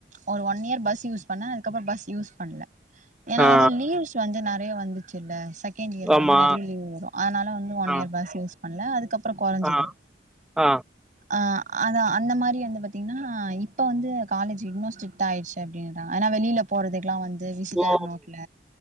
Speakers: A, on the right (about 45°); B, in the centre.
A: ஒரு ஒன் இயர் பஸ் யூஸ் பண்ணே அதுக்கப்புறம் பஸ் யூஸ் பண்ல ஏன்னா
B: ஆ,
A: வந்து லீவ்ஸ் வந்து நெறைய வந்துச்சுல்ல செக் கெண்ட் இயரில
B: ஆ. ஆமா.
A: வந்து நெறைய லீவ் வரு அதனால வந்து ஒன்
B: ஆ,
A: இயர் பஸ் யூஸ் பண்ணல அதுக்கப்புற கொறஞ்சது
B: ஆ, ஆ
A: ஆ அதா அந்த மாதிரி வந்து பாத்தீங்னா இப்போ வந்து காலேஜ் இன்னு ஸ்ட்ரிக்ட் ஆயிடுச்சு அப்டின்றாங்க ஆனா வெளியில போறதுக்கெல்லா வந்து விசிட்டர்
B: ஓ!
A: நோட்ல